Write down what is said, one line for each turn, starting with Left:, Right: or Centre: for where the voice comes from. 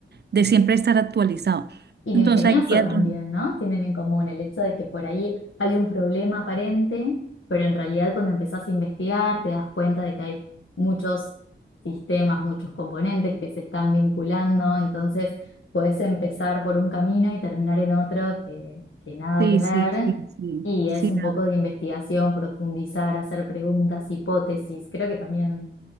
Right: de siempre estar actualizado.
Left: Y
Right: Entonces
Left: lo ingenioso
Right: hay días
Left: también,
Right: donde...
Left: ¿no? Tienen en común el hecho de que por ahí hay un problema aparente, pero en realidad cuando empezás a investigar te das cuenta de que hay muchos sistemas, muchos componentes que se están vinculando, entonces podés empezar por un camino y terminar en otro que, que nada
Right: Sí,
Left: que ver.
Right: sí, sí, sí,
Left: Y
Right: sí,
Left: es un
Right: la
Left: poco
Right: verdad.
Left: de investigación, profundizar, hacer preguntas, hipótesis. Creo que también